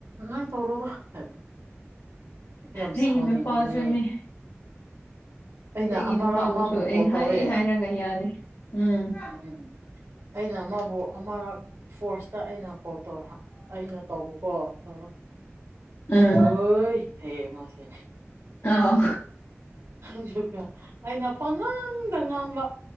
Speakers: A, on the right; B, on the left.
A: ꯉꯥꯏ ꯇꯧꯔꯣꯗ ꯍꯥꯏꯕ ꯌꯥꯝ
B: ꯑꯩꯒꯤ
A: ꯁꯥꯎꯅꯤꯡꯕꯅꯦ
B: ꯅꯨꯄꯥꯁꯨꯅꯤ
A: ꯑꯩꯅ
B: ꯑꯩꯒꯤ
A: ꯑꯃꯔꯛ
B: ꯅꯨꯄꯥꯕꯨꯁꯨ
A: ꯑꯃꯕꯨ
B: ꯑꯩ
A: ꯀꯣꯜ ꯇꯧꯋꯦ
B: ꯍꯥꯏ ꯍꯥꯏꯔꯒ ꯌꯥꯗꯦ ꯎꯝ
A: ꯎꯝ ꯑꯩꯅ ꯃꯥꯕꯨ ꯑꯃꯔꯛ ꯐꯣꯔꯁꯇ ꯑꯩꯅ ꯀꯣꯜ ꯇꯧꯔ ꯑꯩꯅ ꯇꯧꯕꯀꯣ ꯇꯧꯔꯒ
B: ꯎꯝ
A: ꯍꯣꯏ ꯍꯌꯦ ꯃꯥꯁꯦ
B: ꯑꯥ
A: ꯑꯗꯨꯒ ꯑꯩꯅ ꯄꯉꯥꯡꯗ ꯉꯥꯡꯕ